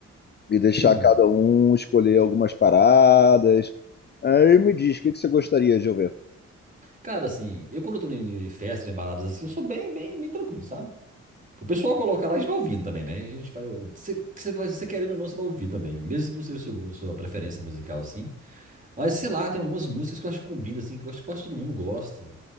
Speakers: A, on the left; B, on the right.
A: e deixar
B: sim.
A: cada um escolher algumas paradas. Aí me diz, o que que você gostaria de ouvir?
B: Cara, assim, eu quando eu tô em de festa, em baladas assim, eu sou bem, bem, bem tranquilo, sabe? O pessoal coloca lá, a gente vai ouvindo também, né? A gente vai. Você você vai- você querendo ou não, você vai ouvir também. Mesmo que não seja o seu gu- sua preferência musical, assim. Mas, sei lá, tem algumas músicas que eu acho que combina, assim, que eu acho que quase todo mundo gosta.